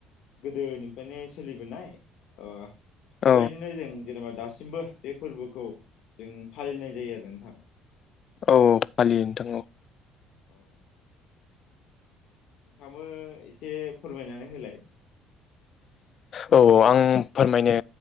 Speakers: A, on the left; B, on the left.
A: गोदोनिफ्रायनो सोलिबोनाय ओ
B: औ
A: बेबायदिनो जों जेनेबा दासिमबो बे फोरबोखौ जों फालिनाय जायो आरो नोंथां।
B: औ फालियो नोंथां औ
A: औ <unintelligible> एसे फोरमायनानै होलाय
B: औ औ आं फोरमायनो